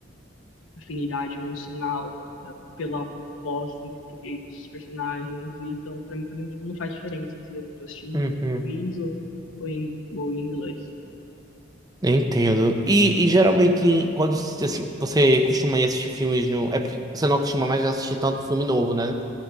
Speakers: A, on the left; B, on the right.
A: afinidade emocional eh, pela voz em português desses personagens. E então, para mim também não faz diferença se eu tô assistindo
B: uhum.
A: em português ou, ou, em, ou em inglês.
B: Entendo. E, e geralmente, em- quando se- assim, você costuma ir assistir filmes no. É porque você não costuma mais assistir tanto filme novo, né?